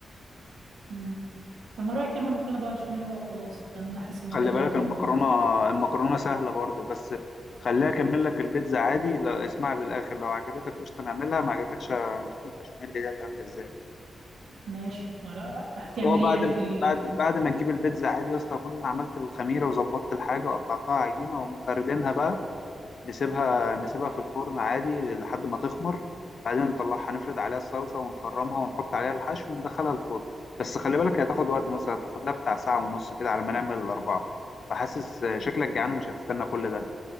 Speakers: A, on the right (about 85°); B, on the left (about 55°).
A: امم طب ما رايك نعمل مكرونه بقى بشاميل بقى وخلاص لان انا حاسس الموضوع
B: خلي
A: ده
B: بالك
A: هيطول
B: المكرونه المكرونه سهله برضه بس خليها اكمل لك البيتزا عادي لا اسمع للاخر لو عجبتك قشطه نعملها ما عجبتكش هنشوف البشاميل دي هتعمل ازاي
A: ماشي ما رأ- هتعمل
B: هو بعد
A: ايه يعني في ال...
B: بعد بعد ما تجيب البيتزا عادي يا اسطى اكون عملت الخميره وظبطت الحاجه وقطعتها عجينه ومفردينها بقى نسيبها نسيبها في الفرن عادي لحد ما تخمر بعدين نطلعها نفرد عليها الصلصة ونخرمها ونحط عليها الحشو وندخلها الفرن بس خلي بالك هي هتاخد وقت مثلا تاخد لها بتاع ساعة ونص كده على ما نعمل الأربعة فحاسس آه، شكلك جعان ومش هتستنى كل ده